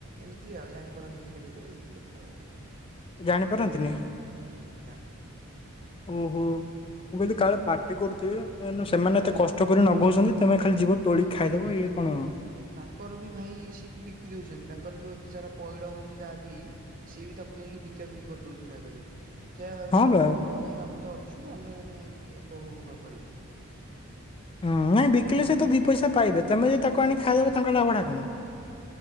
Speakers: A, on the right; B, on the left.
A: ଏମିତି ଆଉ ଜାଣିପାରନ୍ତିନି କେବେ କେବେ ଏମିତି କଥା ଆଉ।
B: ଜାଣିପାରନ୍ତିନି।
A: ନା ନା।
B: ଓହୋ ମୁଁ କହିଲି କାଳେ ପାର୍ଟି କରୁଥିବି କ ସେମାନେ
A: ନାଇଁ
B: ଏତେ କଷ୍ଟ କରି ନଗଉଛନ୍ତି। ତମେ ଖାଲି ଯିବ ତୋଳି ଖାଇଦବ ଇଏ କଣଣ।
A: ତାଙ୍କର ବି ଭାଇ ସିଏ ବି ବିକ୍ରି ଦଉଛନ୍ତି ତାଙ୍କର ଯୋଉ ଏତେ ସାରା ପଇଡ ହଉଛି ତାହା ବି ସିଏ ବି ତା। ତାକୁ ନେଇକି ବିକା ବିକି କରି ଦଉଛି ନା ଆଗରେ। ସେଇଆ ଭାବିଲେ
B: ହଁ
A: କାହି
B: ବା
A: ବିକିବ କାହିଁ ଆମେ ତ ଅଛୁ ଆମେ କାହିଁକି ଉପଭୋଗ ନକ।
B: ହୁଁ ନାଇଁ ବିକିଲେ ସେ ତ ଦୁି ପଇସା ପାଇବେ ତମେ ଯଦି ତାକୁ ଆଣି ଖାଇଦବ ତାଙ୍କ ଲାଭଢା କଣ।